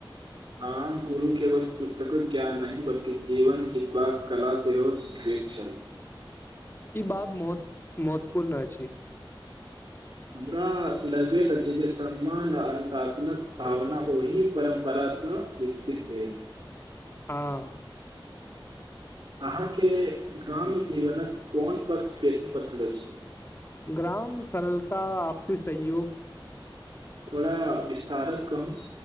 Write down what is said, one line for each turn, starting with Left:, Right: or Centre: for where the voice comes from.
Right: हँ गुरु केवल पुस्तकक ज्ञान नहि बल्कि जीवन जितबाक कला सेहो सिखबैत छल
Left: ई बात महत महत्वपूर्ण अछि
Right: हमरा लगैत अछि जे सम्मान आ अनुशासनक भावना ओहि परम्परासँ विकसित भेल
Left: हँ
Right: अहाँके ग्राम्य जीवनक कोन पक्ष बेसी पसन्द अछि
Left: ग्राम सरलता आपसी सहयोग
Right: थोड़ा विस्तारस कहू